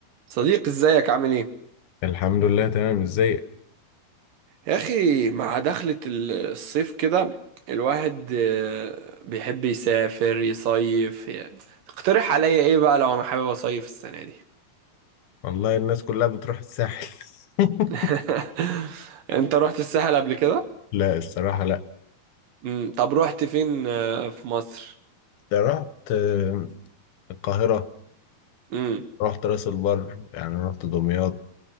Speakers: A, on the right; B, on the left.
A: صديق ازيك عامل ايه؟
B: الحمد لله تمام ازيك
A: يا اخي مع دخلة ال- الصيف كده الواحد آه، بيحب يسافر يصيف يعني. اقترح عليا ايه بقى لو انا حابب اصيف السنة دي
B: والله الناس كلها بتروح الساحل <laughs>
A: <laughs> انت رحت الساحل قبل كده؟
B: لا الصراحة لا
A: امم طب رحت فين آه، في مصر؟
B: ده رحت آه، القاهرة
A: امم
B: رحت راس البر يعني رحت دمياط